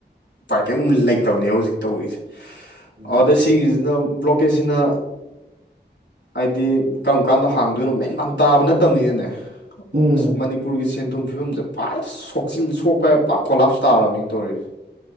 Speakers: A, on the left (about 85°); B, on the right (about 65°).
A: ꯎꯄꯥꯏ ꯀꯔꯤꯝ ꯂꯩꯇꯕꯅꯦ ꯍꯧꯖꯤꯛ ꯇꯧꯔꯤꯁꯦ
B: ꯎꯝ ꯎꯝ
A: ꯑꯗ ꯁꯤꯒꯤꯁꯤꯅ ꯕ꯭ꯂꯣꯀꯦꯠꯁꯤꯅ ꯍꯥꯏꯗꯤ ꯀꯔꯝ ꯀꯥꯟꯗ ꯍꯥꯡꯗꯣꯏꯅꯣ ꯃꯦꯟ ꯃꯥꯟ ꯇꯥꯕ ꯅꯠꯇꯕꯅꯤꯅꯅꯦ
B: ꯎꯝ
A: ꯑ ꯃꯅꯤꯄꯨꯔꯒꯤ ꯁꯦꯟꯊꯨꯝ ꯐꯤꯕꯝꯁꯦ ꯄꯥꯥ ꯁꯣꯛ <unintelligible> ꯁꯣꯛꯄ ꯄꯥꯛꯈꯣꯂꯥꯞ ꯇꯥꯔꯕꯅꯤꯅ ꯇꯧꯔꯤꯁꯦ